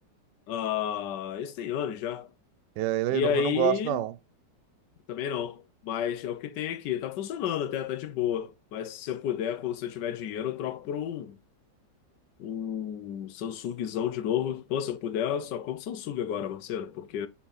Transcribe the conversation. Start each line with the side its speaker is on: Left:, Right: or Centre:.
Left: Ah, isso tem anos já.
Right: eu, ele
Left: E
Right: é novo,
Left: aí,
Right: eu não gosto, não.
Left: também não. Mas é o que tem aqui. Tá funcionando até, tá de boa. Mas se eu puder, quando se eu tiver dinheiro, eu troco por um, um Samsungzão de novo. Pô, se eu puder, eu só compro Samsung agora, Marcelo, porque